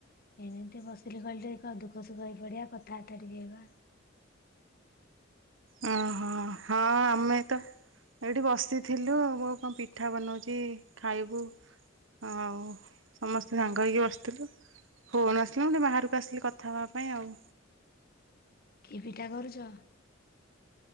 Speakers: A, on the left; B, on the right.
A: ଏମିତି ବସିଲି କହିଲି ଟିକେ କଣ ଦୁଃଖ ସୁଖ ହେଇପଡିବା କଥାବାର୍ତ୍ତା ଟିକେ ହେବା।
B: ଓହୋ ହଁ ଆମେ ତ ଏଇଠି ବସିଥିଲୁ, ଆଉ ବୋଉ କଣ ପିଠା ବନଉଛି ଖାଇବୁ, ଆଉ ସମସ୍ତେ ସାଙ୍ଗ ହେଇକି ବସିଥିଲୁ, ଫୋନ୍ ଆସିଲା ମୁଁ ଟିକେ ବାହାରକୁ ଆସିଲି କଥା ହବା ପାଇଁ ଆଉ।
A: କି ପିଠା କରୁଚ?